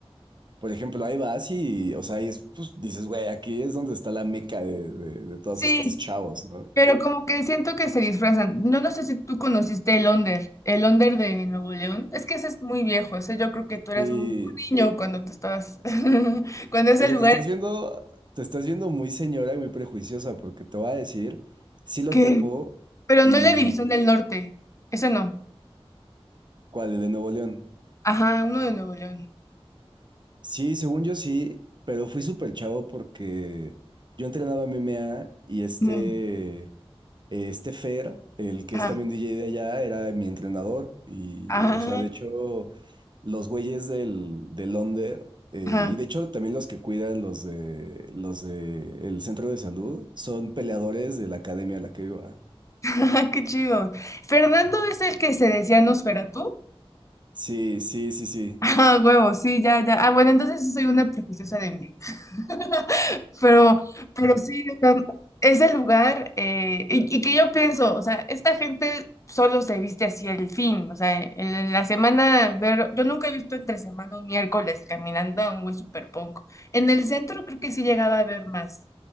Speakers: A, on the right; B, on the left.
A: Por ejemplo, ahí vas y, o sea, ahí es, pues, dices, güey, aquí es donde está la meca de, de de todos
B: Sí,
A: estos chavos, ¿no?
B: Pero como que siento que se disfrazan. No, no sé si tú conociste el Onder, el Onder de Nuevo León. Es que ese es muy viejo. Ese yo creo que tú eras
A: Sí,
B: un niño cuando tú estabas, <laughs> cuando es
A: Oye,
B: el lugar
A: te estás viendo, te estás viendo muy señora y muy prejuiciosa, porque te voy a decir, sí lo
B: que...
A: topo
B: Pero
A: y
B: no la División del Norte. Ese no.
A: ¿cuál? El de Nuevo León.
B: Ajá, uno de Nuevo León.
A: Sí, según yo sí, pero fui súper chavo porque yo entrenaba MMA y este
B: Mm,
A: eh, Este Fer, el que
B: Ajá,
A: es también DJ de allá, era mi entrenador. Y,
B: ajá,
A: o sea, de hecho, los güeyes del, del Onder, eh,
B: ajá,
A: y de hecho también los que cuidan los de, los de el centro de salud, son peleadores de la academia a la que iba.
B: <laughs> ajá, qué chido. Fernando es el que se decía Nosferatu.
A: Sí, sí, sí, sí.
B: <laughs> Ah, huevo, sí, ya, ya. Ah, bueno, entonces sí soy una prejuiciosa de mí. <laughs> Pero, pero sí, o sea, ese lugar, eh, y, y que yo pienso, o sea, esta gente solo se viste así el fin, o sea, en, la semana, ver, yo nunca he visto entre semana un miércoles caminando a un güey super punk. En el centro creo que sí llegaba a ver más,